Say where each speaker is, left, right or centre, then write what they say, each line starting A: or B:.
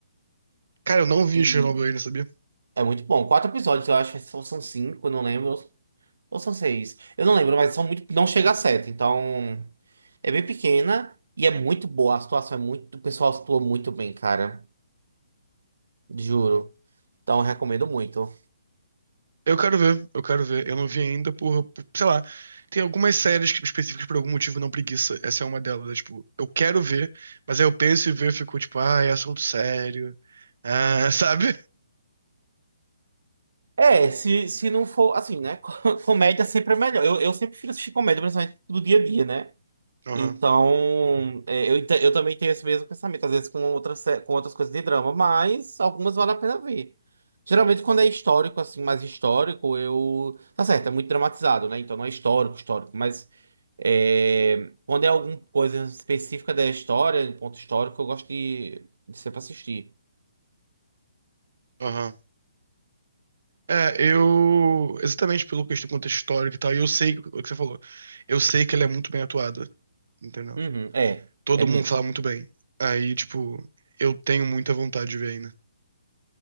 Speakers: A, on the right; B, on the right.
A: Cara, eu não vi
B: E
A: Chernobyl ainda, sabia?
B: é muito bom. Quatro episódios, eu acho que são são cinco, eu não lembro. Ou são seis. Eu não lembro, mas são muito. Não chega a sete, então. É bem pequena e é muito boa. A situação é muito. O pessoal atua muito bem, cara. Juro. Então, eu recomendo muito.
A: Eu quero ver. Eu quero ver. Eu não vi ainda por, por- sei lá. Tem algumas séries que- específicas que por algum motivo não preguiça. Essa é uma delas. né? Tipo, eu quero ver, mas aí eu penso e ver, e fico tipo, ah, é assunto sério. Ah, <laughs> sabe?
B: É, se, se não for assim, né? <laughs> co- Comédia sempre é melhor. Eu, eu sempre prefiro assistir comédia, principalmente do dia a dia, né?
A: Aham,
B: Então, é, eu, ente- eu também tenho esse mesmo pensamento, às vezes com outras, sé- com outras coisas de drama, mas algumas vale a pena ver. Geralmente, quando é histórico, assim, mais histórico, eu. Tá certo, é muito dramatizado, né? Então, não é histórico, histórico, mas. É, quando é alguma coisa específica da história, de ponto histórico, eu gosto de, de sempre assistir.
A: aham. É, eu. Exatamente pelo questão- do contexto histórico e tal, e eu sei o que você falou. Eu sei que ela é muito bem atuada, entendeu?
B: Uhum, é,
A: Todo
B: é mesmo.
A: mundo fala muito bem. Aí, tipo, eu tenho muita vontade de ver ainda.